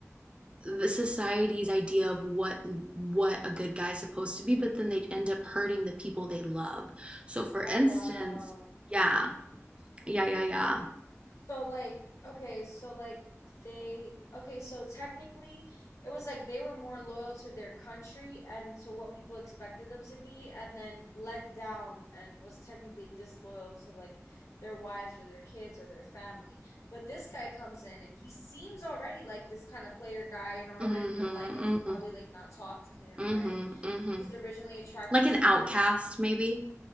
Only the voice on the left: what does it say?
Oh
wow.
So like okay, so like they okay, so technically it was like they were more loyal to their country and to what people expected them to be and then let down and was technically disloyal to like their wives or their kids or their family. But this guy comes in and he seems already like this kind of player guy. You're not
already gonna
like him. She'll probably like not talk to him,
right?
She's originally attracted
to
the